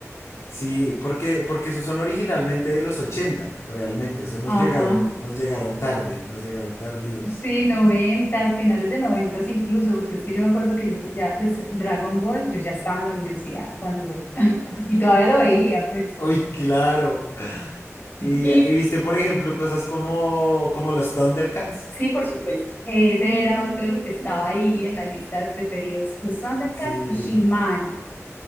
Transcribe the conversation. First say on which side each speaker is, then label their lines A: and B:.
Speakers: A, on the left; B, on the left.
A: sí, porque, porque esos son originalmente de los 80 realmente. Eso nos
B: Ajá.
A: llegaron, nos llegaron tarde, nos llegaron tardíos.
B: Sí, noventas, finales de noventas incluso, porque es que yo me acuerdo que yo pues, ya, pues Dragon Ball, yo ya estaba en la universidad cuando, <laughs> y todavía lo veía, pues.
A: Uy, claro. Y,
B: Y
A: y viste, por ejemplo, cosas como, como los Thundercats.
B: sí, por supuesto, ese era otro que estaba ahí en la lista de preferidos, los Thundercats
A: Sí.
B: y He-Man.